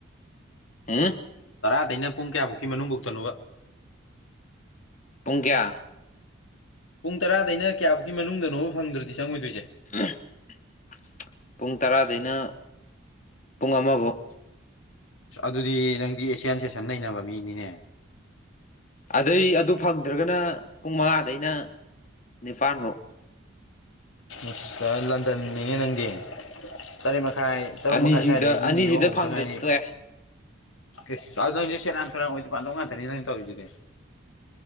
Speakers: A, on the left; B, on the left.
A: ꯑꯝ
B: ꯇꯥꯗꯦꯅꯦ ꯄꯨꯡ ꯀꯌꯥꯐꯥꯎꯀꯤ ꯃꯅꯨꯡ ꯕꯣꯛꯇꯅꯣꯕ
A: ꯄꯨꯡ ꯀ꯭ꯌꯥ
B: ꯄꯨꯡ ꯇꯔꯥꯗꯩꯅ ꯀꯌꯥꯐꯧꯛꯀꯤ ꯃꯅꯨꯡꯗꯅꯣꯕ ꯐꯪꯗ꯭ꯔꯗꯤ ꯆꯪꯉꯣꯏꯗꯣꯏꯁꯦ
A: <unintelligible> ꯄꯨꯡ ꯇꯔꯥꯗꯩꯅ ꯄꯨꯡ ꯑꯃꯐꯥꯎ
B: ꯑꯁ ꯑꯗꯨꯗꯤ ꯅꯪꯗꯤ ꯑꯦꯁꯤꯌꯥꯟ ꯁꯦꯁꯟ ꯅꯩꯅꯕ ꯃꯤꯅꯤꯅꯦ
A: ꯑꯗꯩ ꯑꯗꯨ ꯐꯪꯗ꯭ꯔꯒꯅ ꯄꯨꯡ ꯃꯉꯥꯗꯩꯅ ꯅꯤꯄꯥꯜꯐꯥꯎ
B: <unintelligible> ꯂꯟꯗꯟꯅꯤꯅꯦ ꯅꯪꯗꯤ ꯇꯔꯦꯠ ꯃꯈꯥꯏ ꯇꯔꯨꯛ
A: ꯑꯅꯤꯁꯤꯗ
B: ꯃꯈꯥꯏ ꯁ꯭ꯋꯥꯏꯗꯒꯤ
A: ꯑꯅꯤꯁꯤꯗ
B: ꯅꯤꯌꯣꯛ ꯍꯧꯗ
A: ꯐꯪꯗ꯭ꯔꯗꯤ
B: ꯉꯥꯏꯔꯤ
A: ꯇꯣꯛꯑꯦ
B: ꯏꯁ ꯑꯗꯨ ꯅꯪꯗꯤ ꯁꯦꯔꯥꯟ ꯇꯨꯔꯥꯟ ꯑꯣꯏ ꯄꯥꯗꯕ ꯉꯥꯛꯇꯅꯤ ꯅꯪꯅ ꯇꯧꯔꯤꯁꯤꯗꯤ